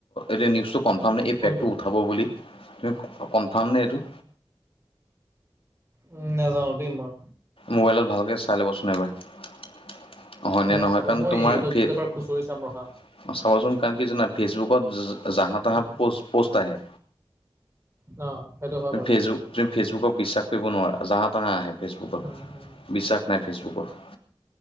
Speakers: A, on the left (about 85°); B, on the right (about 30°).
A: এই নিউজটো কনফাৰ্ম নে এই
B: কোনটো
A: পেকটো উঠাব বুলি তুমি কনফাৰ্ম নে এইটো
B: উম নাজানো দেই মইু
A: মোবাইলত ভালকে চাই ল'বচোন এবাৰ অহনে
B: এবাৰ
A: নহয়
B: চাব
A: কাৰণ
B: মই
A: তোমাৰ
B: ইউটিউবটোত
A: ফিৰ
B: এবাৰ খুচৰি চাম ৰখা।
A: অঁ চাবচোন কাৰণ কি জানা ফেচবুকত জাহা তাহা
B: উম,
A: পষ্ট প'ষ্ট আহে
B: অ সেইটো হয়
A: তুম
B: বাৰু
A: ফেচবুক তুমি ফেচবুক বিশ্বাস কৰিব নোৱাৰা জাহ তাহাঁ আহে ফেচবুকত
B: উম, উম।
A: বিশ্বাস নাই ফেচবুকৰত